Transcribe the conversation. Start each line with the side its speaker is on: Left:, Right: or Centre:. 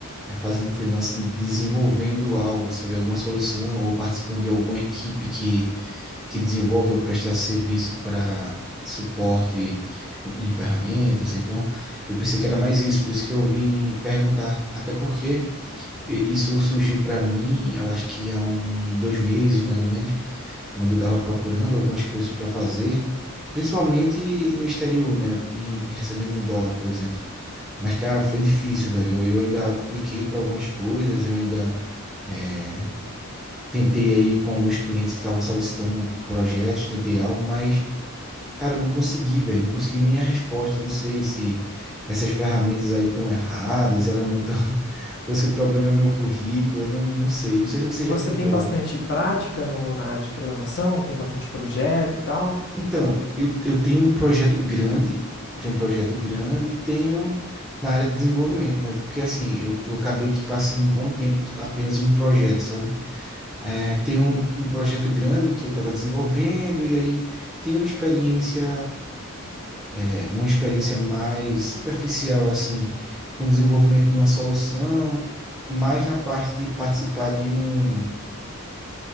Centre: é, fazendo freelance, desenvolvendo algo, sabe, alguma solução ou participando de alguma equipe que, que desenvolve ou presta serviço para suporte em ferramentas. Então, eu pensei que era mais isso, por isso que eu vim perguntar. Até porque e- isso surgiu para mim, eu acho que há um, dois meses, mais ou menos, onde eu estava procurando algumas coisas para fazer, principalmente no exterior, né? Em, em recebendo em dólar, por exemplo. Mas, cara, foi difícil, velho. Eu, eu ainda apliquei para algumas coisas, eu ainda é, tentei aí com alguns clientes que estavam solicitando projetos, tentei algo, mas Cara, não consegui, velho. Não consegui nem a resposta. Não sei se essas ferramentas aí estão erradas, elas não estão. <laughs> Ou se o problema é meu currículo, eu não, eu não sei. Não sei se você
Left: Você
Centre: já tentou
Left: tem bastante
Centre: algo.
Left: prática no, na área de programação? Tem bastante projeto e tal?
Centre: Então, eu, eu tenho um projeto grande, tenho um projeto grande e tenho na área de desenvolvimento, né? Porque assim, eu, eu acabei que passei um bom tempo apenas em um projeto, sabe? É, tem um, um projeto grande em que eu estava desenvolvendo, e aí tenho uma experiência. é, uma experiência mais superficial, assim, com o desenvolvimento de uma solução, mais na parte de participar de um.